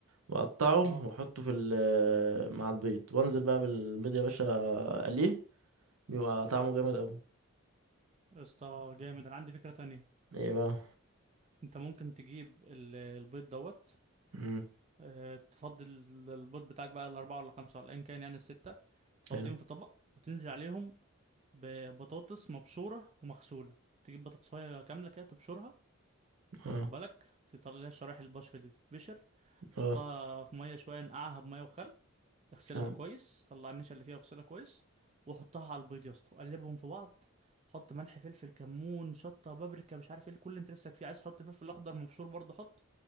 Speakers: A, on the right; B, on the right.
A: واقطعه
B: اه
A: واحطه في ال آه، مع البيض وانزل بقى بالبيض يا باشا اقليه بيبقى طعمه جامد اوي
B: يا اسطى جامد انا عندي فكرة تانية
A: ايه بقى
B: انت ممكن تجيب ال- البيض دوت
A: مم،
B: آه، تفضي ال- البيض بتاعك بقى الاربعة ولا خمسة ولا ايا كان يعني الستة تفضيهم
A: حلو
B: في طبق وتنزل عليهم ببطاطس مبشورة ومغسولة تجيب بطاطساية كاملة كده تبشرها واخد
A: اه
B: بالك تطلع لها الشرايح البشر دي بتتبشر تحطها
A: اه
B: في مية شوية نقعها بمية وخل اغسلها
A: تمام.
B: كويس طلع النشا اللي فيها واغسلها كويس وحطها على البيض يا اسطى وقلبهم في بعض حط ملح فلفل كمون شطه بابريكا مش عارف ايه كل اللي انت نفسك فيه عايز تحط فلفل اخضر مبشور برضه حط